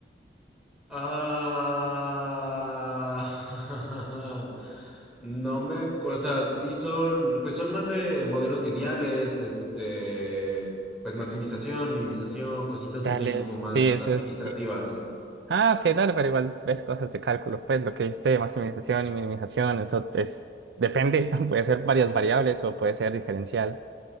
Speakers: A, in the centre; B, on the right (about 75°).
A: Ah, <laughs> no me acuerdo, o sea, sí son, pues son más de modelos lineales, este, pues maximización, minimización, cositas
B: Dale,
A: así como más
B: sí, eso
A: administrativas.
B: es. sí. Ah, ok, dale, pero igual ves cosas de cálculo. Pues lo que viste de maximización y minimización, eso es. Depende, <laughs> puede ser varias variables o puede ser diferencial.